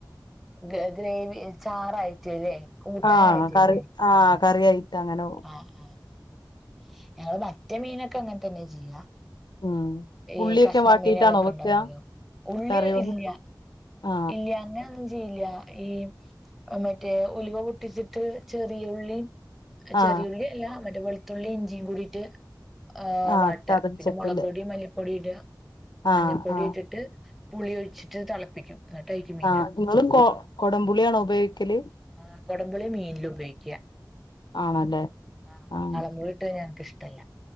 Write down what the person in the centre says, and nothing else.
ഗ ഗ്രേവി ചാറായിട്ടല്ലേ കൂട്ടാനായിട്ടല്ലേ
ആഹ് ആഹ് ആഹ് ഞങ്ങള് മറ്റേ മീനൊക്കെ അങ്ങൻ തെന്നെ ചെയ്യാ
ഈ
കഷ്ണ
മീനാളൊക്കെ
ഇണ്ടാവോല്ലോ ഉള്ളി
ഇല്ല്യ
ഇല്ല്യ അങ്ങ ഞ്ചില്ല ഈ മറ്റേ ഉലുവ പൊട്ടിച്ചിട്ട് ചെറിയുള്ളിം
ചെറിയുള്ളി അല്ല മറ്റേ വെളുത്തുള്ളി ഇഞ്ചിങ്കുടിട്ട് ആഹ്
വാട്ട
പിന്നെ മുളക് പൊടി മല്ലിപ്പൊടി ഇട
മഞ്ഞപ്പൊടിട്ടിട്ട്
പുളി ഒഴിച്ചിട്ട് തളപ്പിക്കും അന്നിട്ട്യ്ക്ക് മി
ആഹ് കൊടമ്പളി മീൻല് ഉപയ്ക്ക്യ
ആഹ്
വളപുളി ഇട്ടെ ഞങ്ങ്ക്ക് ഇഷ്ടല്ല